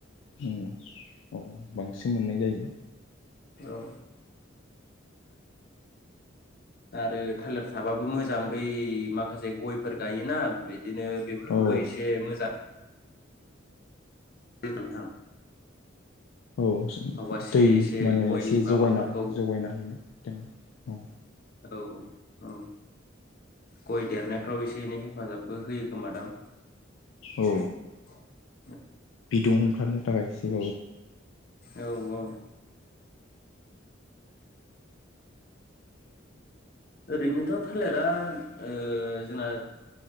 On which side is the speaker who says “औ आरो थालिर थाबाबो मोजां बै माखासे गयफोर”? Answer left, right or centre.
Left